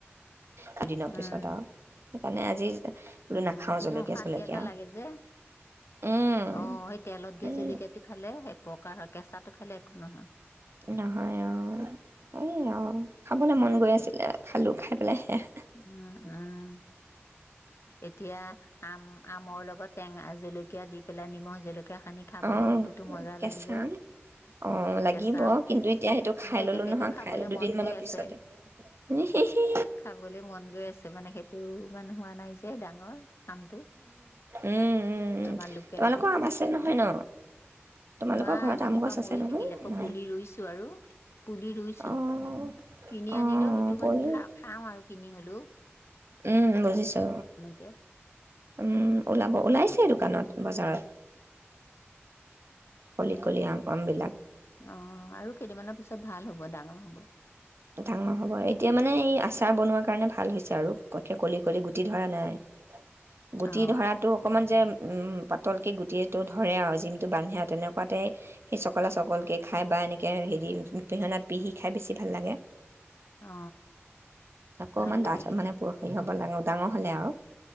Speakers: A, on the right (about 65°); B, on the left (about 70°).
A: যদিনা
B: উম
A: পইছা দা মানে আজি বোলো
B: উম
A: নাখাওঁ জলকীয়া
B: অ শান্তি
A: চলকীয়া
B: এটা লাগে যে
A: উম
B: অ সেই তেলত
A: সেই
B: দিয়ে জলকীয়াটো খালে অপকাৰ হয় কেঁচাটো খালে একো নহয়
A: নহয় অ সেই আও খাবলৈ মন গৈ আছিলে খালো খাই পেলাই শেষ
B: উম উম হুমহু হুম এতিয়া আম আমৰ লগত টেঙা জলকীয়া জলকীয়া দি পেলাই নিমখ জলকীয়া সানি খাবলৈ
A: অ
B: সেইটোতো মজা
A: কেঁচা
B: লাগিব
A: আম অ লাগিব
B: কেঁচা আম
A: কিন্তু এতিয়া সেইটো খাই
B: মোৰ এতিয়া
A: ললো
B: সেইটো
A: নহয়
B: খাবলৈ
A: খাই দুদিন
B: মন
A: মানৰ
B: গৈ আছে
A: পিছতে হিহি
B: খাবলৈ মন গৈ আছে মানে সেইটো ইমান হোৱা নাই যে এ ডাঙৰ নামটো
A: উম উম
B: আমাৰ লোকেলটো
A: তোমালোকৰ আম আছে নহয় ন তোমালোকৰ
B: না
A: ঘৰত
B: আমজোপা
A: আম গছ আছে
B: মৰি
A: নহয়
B: থাকিল আকৌ
A: নাই
B: পুলি ৰুইছো আৰু পুলি ৰুইছো
A: অঁ
B: কিনি
A: অঁ
B: আনিলেও সেইটো
A: পৰিল
B: মানে খাম কিনি হলো
A: উম বুজিছো
B: যে
A: উম ওলাব ওলাইছে দোকানত বজাৰত কলি কলি আম পাম আমবিলাক
B: অ আৰু কেইদিনমানৰ পিছত ভাল হ'ব ডাঙৰ হ'ব
A: ডাঙৰ হব এতিয়া মানে এই আচাৰ বনোৱা কাৰণে ভাল হৈছে আৰু কতকে কলি কলি গুটি ধৰা নাই গুটি
B: অ
A: ধৰাটো অকমান যে উম পাতলকে গুটিটো ধৰে আৰু জিমটো বান্ধে আৰু তেনেকোৱাতে সেই চকলা চকলকে খাই বা এনেকৈ হেৰি পিহনাত পিহি খাই বেছি ভাল লাগে
B: অ
A: অকমান
B: ভাল লাগে
A: ডাঠ
B: সেইটো
A: মানে পৰহি হ'ব লাগে ডাঙৰ হ'লে আৰু